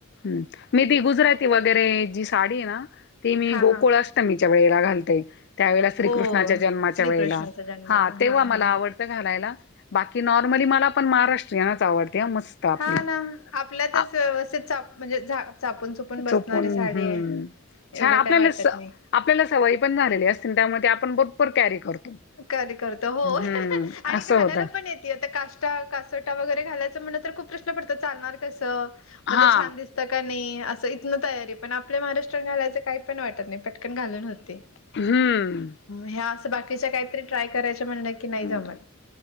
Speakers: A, on the left; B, on the left.
A: ह मी बी गुजराती वगैरे जी साडी आहे ना ती मी
B: हा
A: गोकुळ
B: हा
A: अष्ट मीच्या वेळेला घालते त्यावेला श्रीकृष्णाच्या
B: ओ श्रीकृष्णाचा
A: वेळेला
B: जन्माला
A: हा तेव्हा मला
B: हा हा.
A: आवड. घालायला बाकी नॉर्मली मला पण महाराष्ट्रीयनच आवडते मस्त, आपली
B: हा ना आपल्याचच
A: आ-
B: व्यवस्थित चा म्हणजे चापून चो, पून बसणारी
A: चोपून
B: साडी
A: हम्म
B: एवढ
A: छान आपल्याला
B: काही वाटत
A: स
B: नाही.
A: आपल्याला सवय पण झालेली असते त्यामुळे आपण बरोबर कॅरी करतो.
B: कर करत हो
A: हम्म
B: आणि
A: असं
B: घालायला
A: होत
B: पण येते आता काष्ट, ट्या कासोटा वगरे घालायच म्हणजे खुप प्रश्न पडतात चालणार कसं
A: हा
B: मध्ये छानस दिस. त का नाही असं इथनं तयारी पण आपल्या महाराष्ट्रयन घालायचं काही पण वाटत नाही पटकन घालून होते.
A: हम्म
B: ह्या अस बाकीच्या काहीतरी ट्राय करायच्या म्हणलं, कि नाही
A: हम्म
B: जमत